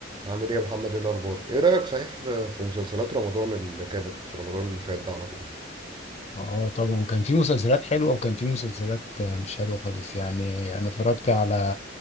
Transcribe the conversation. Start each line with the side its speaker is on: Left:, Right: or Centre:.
Right: عامل ايه يا محمد ايه الاخبار ايه رايك صحيح في في مسلسلات رمضان اللي كانت في رمضان اللي فات ده على طول
Left: اه طبعا كان في مسلسلات حلوة وكان في مسلسلات آه، مش حلوة خالص يعني انا اتفرجت على